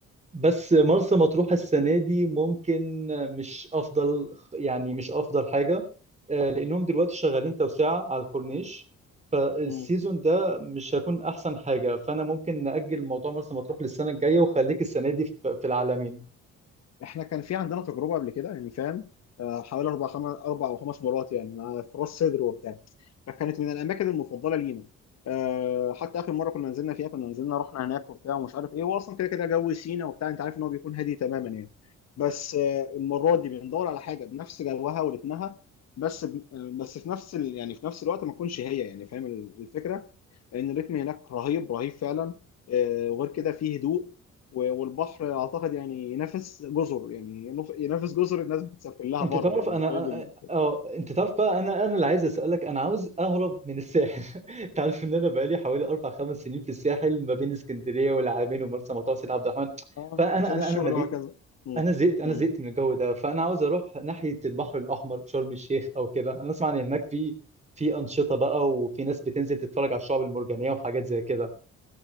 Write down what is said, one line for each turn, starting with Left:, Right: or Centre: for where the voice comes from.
Right: بس مرسى مطروح السنة دي ممكن مش أفضل يعني مش أفضل حاجة آه، لأنهم دلوقتي شغالين توسعة على الكورنيش فالسيزون
Left: مم.
Right: ده مش هيكون أحسن حاجة فأنا ممكن نأجل موضوع مرسى مطروح للسنة الجاية وخليك السنة دي في في العالمين
Left: احنا كان في عندنا تجربه قبل كده يعني فاهم آه، حوالي اربع خمس اربع او خمس مرات يعني مع في راس صدر وبتاع فكانت من الاماكن المفضله لينا آه، حتى اخر مره كنا نزلنا فيها كنا نزلنا رحنا هناك وبتاع ومش عارف ايه واصلا كده كده جو سينا وبتاع انت عارف ان هو بيكون هادي تماما يعني بس آه، المره دي بندور على حاجه بنفس جوها ورتمها بس ب- آه، بس في نفس ال... يعني في نفس الوقت ما تكونش هي يعني فاهم الفكره لان الريتم هناك رهيب رهيب فعلا آه، وغير كده فيه هدوء و- والبحر اعتقد يعني ينافس جزر يعني ينف- ينافس جزر الناس بتسافر لها
Right: أنت
Left: بره
Right: تعرف
Left: يعني
Right: أنا
Left: فاهم ال-
Right: أه آه، آه، أنت تعرف بقى أنا أنا اللي عايز أسألك أنا عاوز أهرب من الساحل <laughs> أنت عارف إن أنا بقالي حوالي أربع خمس سنين في الساحل ما بين اسكندرية والعالمين ومرسى مطروح وسيد عبد الرحمن
Left: آه،
Right: فأنا
Left: عشان
Right: أنا
Left: الشغل
Right: أنا مليت
Left: وهكذا مم.
Right: انا زهقت انا
Left: مم.
Right: زهقت من الجو ده فانا عاوز اروح ناحيه البحر الاحمر شرم الشيخ او كده انا اسمع ان هناك في في انشطه بقى وفي ناس بتنزل تتفرج على الشعب المرجانيه وحاجات زي كده